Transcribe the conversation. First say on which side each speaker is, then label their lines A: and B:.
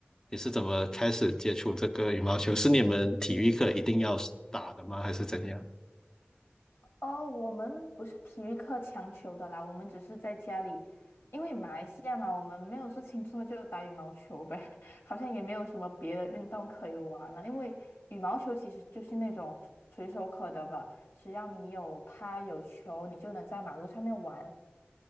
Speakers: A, on the left; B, on the left.
A: 你是怎么开始接触这个羽毛球？是你们体育课一定要打的吗？还是怎样？
B: 哦，我们不是体育课强求的啦，我们只是在家里，因为马来西亚嘛，我们没有事情做就打羽毛球呗，<laughs> 好像也没有什么别的运动可以玩了。因为羽毛球其实就是那种随手可得吧，只要你有拍有球，你就能在马路上面玩。